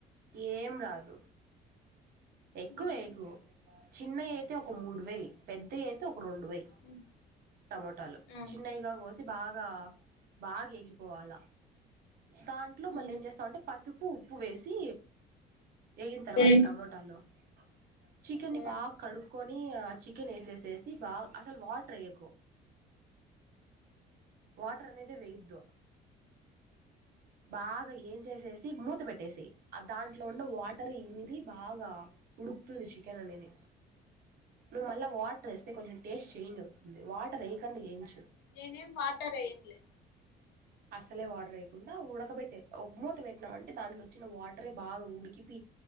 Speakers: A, on the right; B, on the left.
A: ఏం రాదు ఎక్కువేయాకు
B: ఉమ్,
A: చిన్నవి అయితే ఒక మూడు వేయ్ పెద్దవి అయితే రొండు వై
B: ఉమ్,
A: టమోటాలు
B: ఉమ్,
A: చిన్నయ్ గా కోసి బాగా బాగా ఎగిపోవాలా దాంట్లో
B: ఉమ్.
A: మళ్ళ ఏం చేస్తాం అంటే పసు పు ఉప్పు వేసి వేగిన తర్వాత
B: ఉమ్,
A: టమోటాలో చికెన్ని
B: ఉమ్.
A: బా కడు కొని అ చికెన్ వేసేసేసి బా అసల్ వాటర్ వేయకు వాటర్ అనేదే వేయొద్దు. బాగా ఏం చేసేసి మూత పెట్టేసేయ్ ఆ దాంట్లో ఉన్న వాటర్ ఇమిరి బాగా. ఉడుక్తుంది చికెన్ అనేది. నువ్వు మళ్ళా వాటర్ వేస్తే కొంచెం టేస్ట్ చేంజ్ అవుతుంది వాటర్ వేయకుండా ఎయించు.
B: నేనేం వాటర్ ఎయిన్లే.
A: అసలే వాటర్ ఎయకుండ ఉడకబెట్టే ఒక మూత పెట్నావంటె దాంట్లో అచ్చిన వాటరే బాగా ఉడికి పి